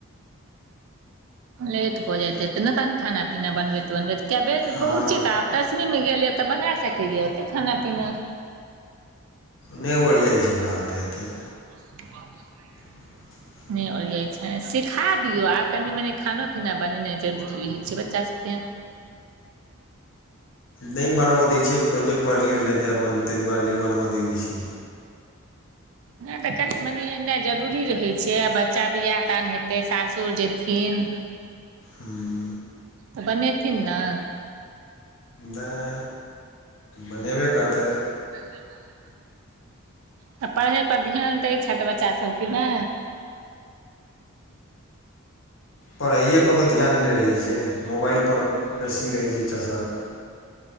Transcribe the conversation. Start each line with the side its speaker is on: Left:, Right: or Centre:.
Right: लेट भ जैत हैतै न तहन खाना-पीना बनबैत- बनबैत किये बेल
Left: हँ
Right: बुच्ची तऽ आब दसमी मे गेल य तऽ बना सकैये ओते खाना-पीना।
Left: नै ओरियाई छैय ओकरा ओतेक एते।
Right: ब बाह <unintelligible>
Left: <unintelligible>
Right: नै ओरियाई छै? सिखा दियौ, आब कनी मनी खानो पीना बनेनाइ जरूरी रहइ छै बच्चा सबके।
Left: नै बनब दै छियै, ओ कहै छै पढ़ि लिखि लेतै अपन, तें दुआरे नै बनब दै छियै।
Right: नै त घर कनी मनी एनाइ जरूरी रहै छै, आब बच्चा बिआह दान हेतै, सासुर जेथिन।
Left: हुं
Right: त बनेथिन न?
Left: नै, बनेबै करतै।
Right: <unintelligible> त पढ़ै पर ध्यान दै छथि बच्चा सब कि नै?
Left: पढैए पर त धियान नै रहै छै, मोबाइल पर बेसी रहै छै चसक।